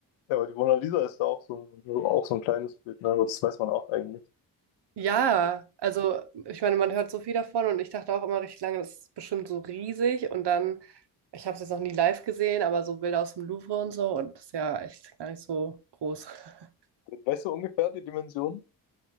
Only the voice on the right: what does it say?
Ja, also ich meine, man hört so viel davon und ich dachte auch immer richtig lange, das ist bestimmt so riesig und dann, ich habe es jetzt noch nie live gesehen, aber so Bilder aus dem Louvre und so und das ist ja echt gar nicht so groß. <laughs>